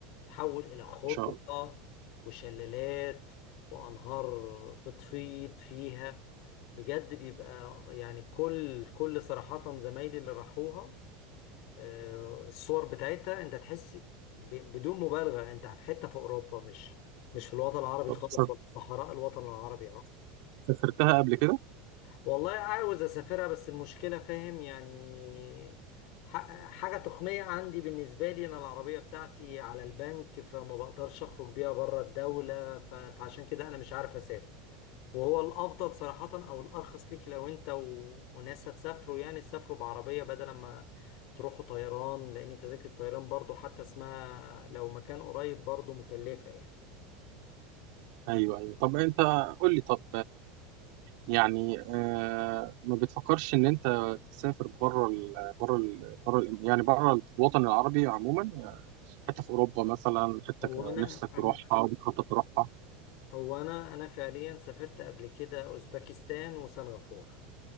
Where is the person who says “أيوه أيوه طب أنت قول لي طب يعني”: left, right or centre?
Right